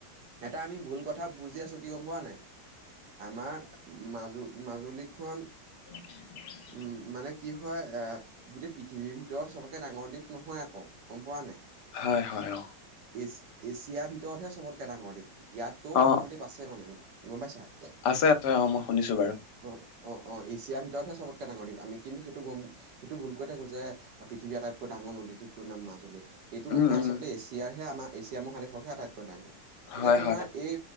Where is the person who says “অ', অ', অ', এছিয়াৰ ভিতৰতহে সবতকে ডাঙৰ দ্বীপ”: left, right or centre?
Right